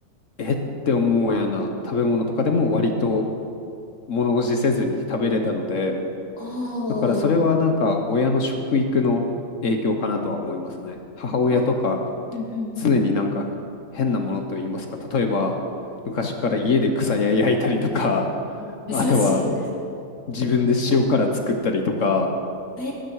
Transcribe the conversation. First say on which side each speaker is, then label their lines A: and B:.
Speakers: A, on the left (about 60°); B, on the left (about 80°).
A: えって思うような食べ物とかでも割と物おじせずに食べれたので、
B: あ
A: だからそれはなんか親の食育の影響かなとは思いますね。母親とか
B: あ、あ、うん
A: 常になんか変なものといいますか、例えば昔から家で草や焼いたりとか、
B: うん。
A: あとは
B: 珍しい。
A: 自分で塩辛作ったりとか、
B: え